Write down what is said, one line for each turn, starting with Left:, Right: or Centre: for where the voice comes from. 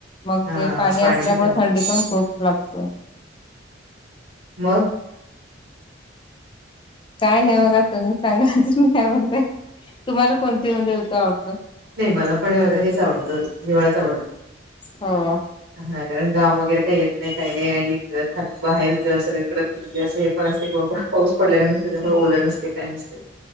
Left: मग
Right: हा
Left: ते पाणी असल्यामुळे
Right: दिल्यामुळे
Left: थंडी पण खूप लागते.
Right: मग
Left: काय नाही बघा तुम्ही सांगा अजून काय म्हणते तुम्हाला कोणती म्हणे ऋतू आवडतो?
Right: नाही मला पण हेच आवडतं दिवाळाच आवडतं.
Left: हो.
Right: हा कारण गाव वगैरे काही येत नाही काही नाही आणि बाहेर ज सगळ्याकडे म्हणजे असं हे पण असेल की बाबा पाऊस पडलेला नसतो त्यामुळे ओलं नसते काय नसते